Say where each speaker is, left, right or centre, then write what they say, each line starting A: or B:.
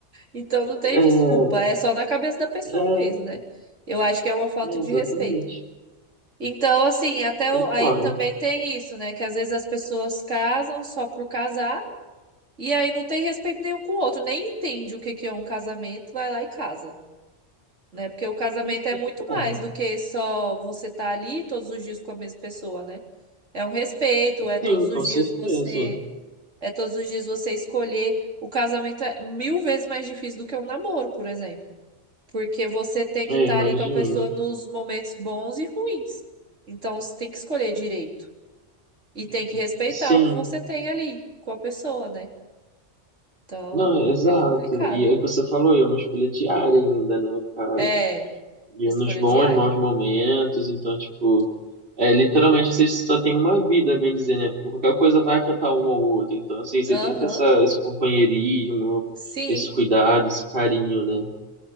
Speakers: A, on the right; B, on the right.
A: Então não tem
B: é
A: desculpa, é só na cabeça da pessoa
B: É,
A: mesmo, né? Eu acho que é uma falta
B: É,
A: de
B: exatamente.
A: respeito. Então, assim, até
B: Concordo.
A: o- aí também tem isso, né? Que às vezes as pessoas casam só por casar e aí não tem respeito nenhum com o outro, nem entende o que que é um casamento, vai lá e casa, né? Porque o casamento
B: Pois
A: é
B: é,
A: muito
B: cara.
A: mais do que só você estar ali todos os dias com a mesma pessoa, né? É um respeito, é todos
B: Sim, com
A: os dias
B: certeza.
A: você, é todos os dias você escolher. O casamento é mil vezes mais difícil do que um namoro, por exemplo. Porque você tem que
B: É,
A: estar
B: imagino.
A: ali com a pessoa nos momentos bons e ruins. Então você tem que escolher direito. E tem que respeitar
B: Sim.
A: o que você tem ali com a pessoa, né? Então
B: Não, exato.
A: é complicado.
B: E é o que você falou, e é uma escolha diária ainda, né, cara?
A: É, é
B: E
A: escolha
B: nos bons,
A: diária.
B: maus momentos, então, tipo, é, literalmente você só tem uma vida, bem dizer, né? Porque qualquer coisa vai afetar um ao outro. Então, assim, você
A: Aham,
B: tem que ter essa, esse companheirismo,
A: sim.
B: esse cuidado, esse carinho, né?